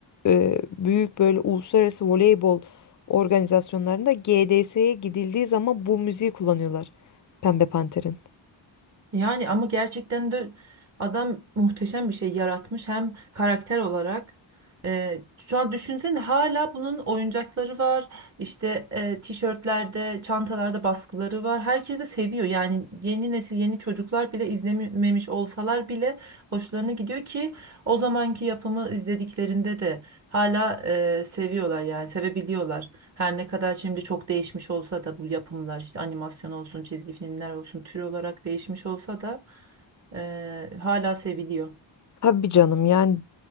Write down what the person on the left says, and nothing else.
e, büyük böyle uluslararası voleybol organizasyonlarında GDS'ye gidildiği zaman bu müziği kullanıyorlar. Pembe Panter'in.
Tabii canım yani